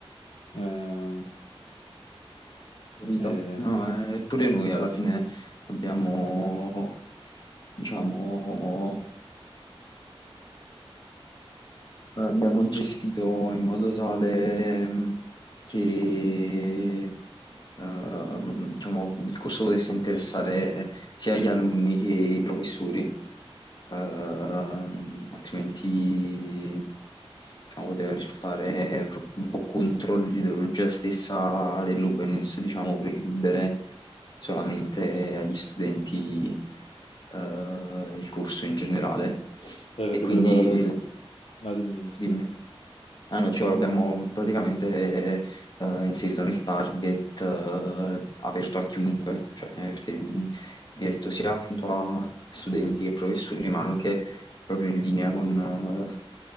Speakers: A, on the left; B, on the left.
A: Ehm,
B: Capito?
A: e,
B: No, eh, pure noi alla fine abbiamo, diciamo, abbiamo gestito in modo tale. mm, che ehm, diciamo, il corso potesse interessare sia gli alunni che i professori, Ehm, altrimenti diciamo, poteva risultare un po' contro l'ideologia stessa dell'openness, diciamo, precludere solamente agli studenti eh, il corso in generale.
A: e avete
B: E quindi
A: preparato?
B: il-
A: No, dimmi, dimmi,
B: dimmi.
A: scusami.
B: Ah no, dicevo, l'abbiamo praticamente eh, inserito nel target, eh, aperto a chiunque, cioè perché mh, diretto sia appunto a studenti che professori, ma anche proprio in linea con eh,